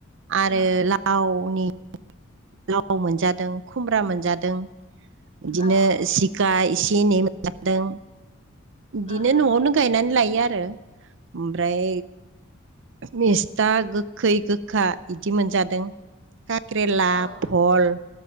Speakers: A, on the right (about 60°); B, on the left (about 30°).
A: आरो
B: उम
A: लावनि लाव मोनजादों खुमब्रा मोनजादों। बिदिनो
B: अ
A: जिखा इसे एनै मोन जादों।
B: उम
A: बिदिनो
B: उम
A: न'आवनो गायनानै लायो आरो। ओमफ्राय मिस्था गोखै गोखा बिदि मोनजादों खाख्रेला
B: अ औ
A: भल